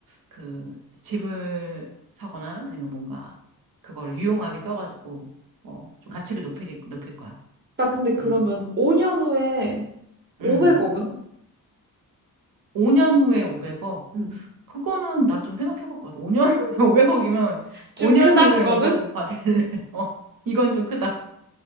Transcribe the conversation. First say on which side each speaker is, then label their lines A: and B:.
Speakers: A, on the right; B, on the right.
A: 그 집을 사거나 아니면 뭔가 그거를 유용하게 써가지고, 어, 좀 가치를 높일, 높일 거야.
B: 나 근데 그러면
A: 응,
B: 5년 후에 500억은?
A: 응. 5년 후에 500억?
B: 응.
A: 그거는 나 좀 생각해 볼 것 같아. 5년 후에 <laughs> 500억이면
B: 좀
A: 5년
B: 크다,
A: 후에
B: 그거는?
A: 500억 받을래. <laughs> 어, 이건 좀 크다.